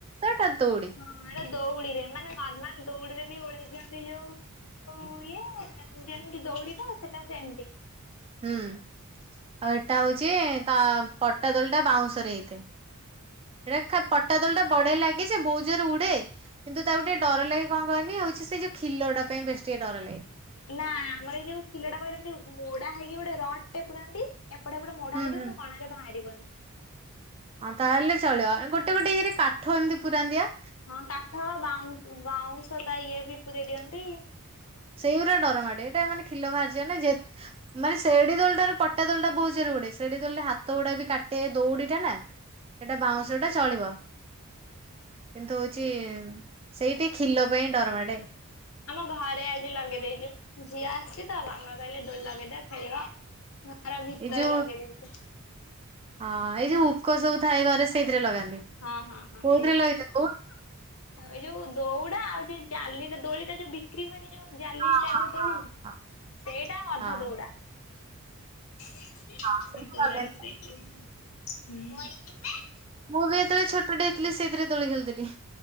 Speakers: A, on the right (about 25°); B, on the left (about 65°).
A: ଏଟା ଦୌଡ଼ି
B: ହଁ ଦୌଡିରେ ମାନେ ନର୍ମାଲ ଦୌଡିରେ ବି ଓଳେଇ ଦିଅନ୍ତି ଯୋଉ ଇଏ ଯେମିତି ଦୌଡି ରେ ସେଟା ସେମତି।
A: ହୁଁ ଆଉ ଏଇଟା ହୋଉଚି ତା ପଟା ଦୋଳ ଟା ବାଉଁଶରେ ହେଇ ସେଇଟା ପଟା ଦୋଳ ଟା ବଢିଆ ଲାଗ ଆ ସେ ବୋହୁତ ଜୋରେ ଉଡେ କିନ୍ତୁ ତାକୁ ଟିକେ ଡର ଲାଗେ କଣ କହନି ହଉଛି ସେ ଯୋଉ ଖିଲଟା ପାଇଁ ବେଶୀ ଟିକେ ଡର ଲାଗେ।
B: ନା ଆମର ଏଇ ଯୋଉ ଖିଲଟା ମୋଡା ହେଇକି ଗୋଟେ ରଡଟେ ପୁରନ୍ତି। ଏପଟ ହେପଟ ମୋଡା
A: ହୁଁ
B: ହେଇଥିବ
A: ହୁଁ।
B: ତା କଣରେ ବାହାରିବନି। <inaudible>
A: ହଁ ତାହେଲେ ଚଳିବ ଗୋଟେ ଗୋଟେ ଇଏରେ କାଠ ଏମିତି ପୁରାନ୍ତିି ପା।
B: ହଁ କାଠ ବାଉଁ ବାଉଁଶ ତା ଇଏ ବି ପୁରେଇ ଦିଅନ୍ତି। ତି
A: ସେଉରା ଡରମାଡେ ଏଇଟା ମାନେ ଖିଲ ବାହାରିଯାଏ ନା ମାନେ ସେଢି ଦୋଳିଟାରୁ ପଟା ଦୋଳଟା ବହୁତ ଜୋରେ ଉଡେ ସେଢୀ ଦୋଳିରେ ହାତ ଗୁଡା ବି କାଟେ ଦୌଡିଟା ନା। ଏଟା ବାଉଁଶ
B: ହୁଁ
A: ଟା ଚଳିବ। କିନ୍ତୁ ହୋଉଛି
B: ହୁଁ।
A: ସେଇଠି ଖିଲ ପାଇଁ ଡରମାଡେ
B: ଆମ ଘରେ ଆଜି ଲଗେଇ ଦେଇଛୁ ଝିଅ ଆସିଛି ତା ମାମା ଦୋଳି ଲାଗେଇଦବ ଖେଳିବ। ଘର ଭିତରେ
A: ଏଇ ଯୋଉ
B: ଲଗେଇ ଦେଇଛୁ
A: ହଁ ଏଇ ଯୋ ହୁକ ସବୁ ଥାଏ ଘରେ ସେଇଥିରେ ଲଗାନ୍ତି।
B: ହଁ ହଁ ହଁ
A: କୋଉଥିରେ
B: ସେଇ
A: ଲଗେଇଛ ଦଉଡି
B: <inaudible> ଏଇ ଯୋଉ ଦୌଡ଼ା ଆଉ ଜେ ଚାଲିକି ଦୋଳିଟା ଯୋଉ ବିକ୍ରି ହୁଏନି ଯୋଉ ଜାଲି
A: ହଁ
B: ଟାଇପର
A: ହଁ
B: ତୋଳି
A: ହଁ ହଁ
B: ସେଇଟା ଅଧା
A: ହଁ
B: ଦୌଡା। <unintelligible>
A: ହଁ ସେଇଥିରେ
B: ହୁଁ।
A: ଲଗାନ୍ତି
B: <inaudible>
A: ମୁଁ ବି ଯେତେବେଳେ ଛୋଟ ଦେଇଥିଲ ସେଥିରେ ତୋଳି ଖେଳିଥିଲି।